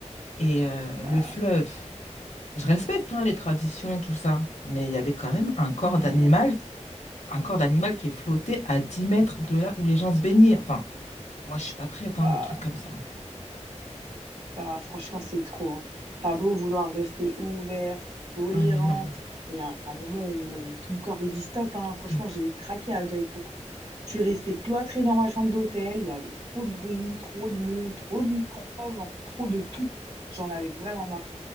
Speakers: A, on the left; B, on the right.
A: Et euh,
B: <laughs> Bah,
A: le fleuve, je respecte hein, les traditions, tout ça, mais il y avait quand même un corps
B: hmm.
A: d'animal un corps d'animal qui est flotté à 10 mètres de là où les gens se baignaient. Enfin, moi, je suis pas prête,
B: Bah,
A: hein, des trucs comme ça.
B: Ah, franchement, c'est trop. Hein. T'as beau vouloir rester ouverte, tolérante,
A: Ouais, mais non,
B: il y a un moment où euh, ton corps il dit stop. hein.
A: stop.
B: Franchement, j'ai craqué à Jaipur. Je suis restée cloîtrée dans ma chambre d'hôtel. Il y avait trop de bruit, trop de monde, trop de microbes, en fait, trop de tout. J'en avais vraiment marre.